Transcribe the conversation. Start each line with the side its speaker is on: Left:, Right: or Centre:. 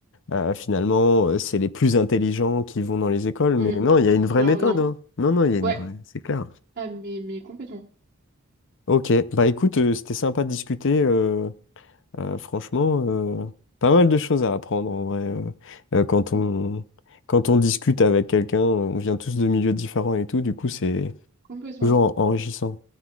Left: euh, finalement, euh, c'est les plus intelligents qui vont dans les écoles, mais
Right: Mhm.
Left: non, il y a une vraie
Right: Alors
Left: méthode,
Right: non.
Left: hein. Non, non, il y a une
Right: Ouais.
Left: vraie, c'est clair.
Right: Ah, mais, mais complètement.
Left: Ok, bah écoute, euh, c'était sympa de discuter, euh, euh, franchement, euh, pas mal de choses à apprendre, en vrai, euh, euh, quand
Right: Mhm.
Left: on... quand on discute avec quelqu'un, on vient tous de milieux différents et tout, du coup, c'est
Right: Complètement.
Left: toujours enrichissant.